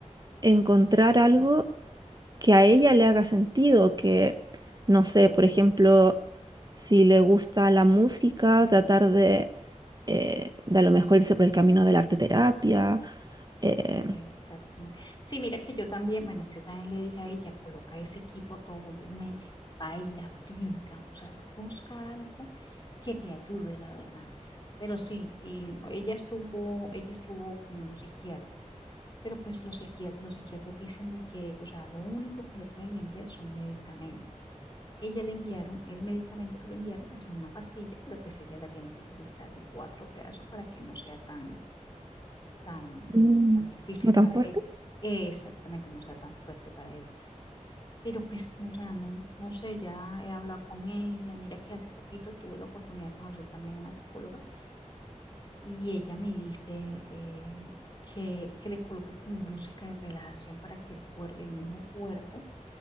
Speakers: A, on the right (about 35°); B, on the left (about 35°).
A: encontrar algo que a ella le haga sentido, que, no sé, por ejemplo, si le gusta la música, tratar de, eh, de a lo mejor irse por el camino de la arte terapia. eh,
B: Exactamente. Sí, mira que yo también, bueno, yo también le dije a ella, coloca ese equipo a todo volumen, baila, brinca, o sea, busca algo que te ayude, la verdad. Pero sí, y ella estuvo, ella estuvo con un psiquiatra, pero pues los psiquiat- los psiquiatras dicen de que, o sea, lo único que le pueden enviar son medicamentos. Ella le enviaron, el medicamento que le enviaron, pues es una pastilla, pero pues ella la tiene que utilizar en cuatro pedazos para que no sea tan tan,
A: Mm,
B: tan difícil
A: No tan
B: para
A: fuerte.
B: ella. Exactamente, no sea tan fuerte para ella. Pero pues, no, o sea, no, no sé, ya he hablado con ella. Mira que hace poquito tuve la oportunidad de conocer también a una psicóloga y ella me dice eh, que, que le coloque como música de relajación para que el cuerpo, el mismo cuerpo